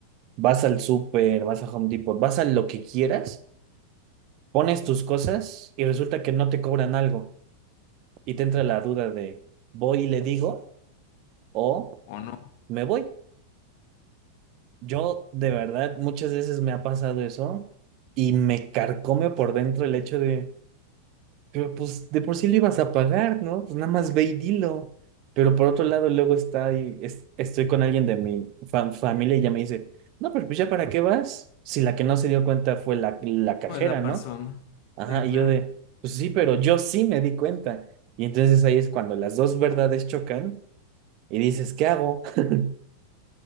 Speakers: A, on the right; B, on the left.
A: vas al súper, vas a Home Depot, vas a lo que quieras, pones tus cosas y resulta que no te cobran algo y te entra la duda de voy y le digo o
B: ¿O no?
A: me voy. Yo de verdad muchas veces me ha pasado eso y me carcome por dentro el hecho de... Pero pues de por sí lo ibas a pagar, ¿no? Pues nada más ve y dilo. Pero por otro lado, luego está ahí, es- estoy con alguien de mi fam- familia y ya me dice, no, pero pues ya para qué vas, si la que no se dio cuenta fue la, la cajera,
B: Pues la
A: ¿no?
B: persona.
A: Ajá,
B: Sí, claro.
A: y yo de, pues sí, pero yo sí me di cuenta. Y entonces ahí es cuando las dos verdades chocan y dices, ¿qué hago? <laughs>